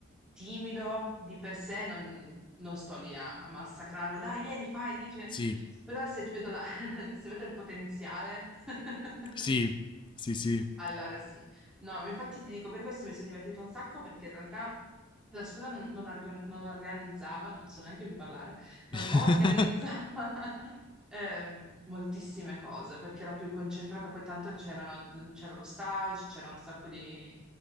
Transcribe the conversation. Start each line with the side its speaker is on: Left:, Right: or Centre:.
Centre: timido di per sé, non, non sto lì a massacrarlo, dai, vieni, fai, dice,
Left: sì,
Centre: però se vedo, la- <laughs> se vedo il potenziale, <laughs>
Left: sì, sì, sì.
Centre: Allora sì, no, ma infatti ti dico, per questo mi sono divertita un sacco perché in realtà la scuola non, non argo- non organizzava, non so neanche più parlare, non
Left: <laughs>
Centre: organizzava <laughs> ehm, moltissime cose perché era più concentrata, poi tanto c'erano- mhmm, c'era lo stage, c'era un sacco di,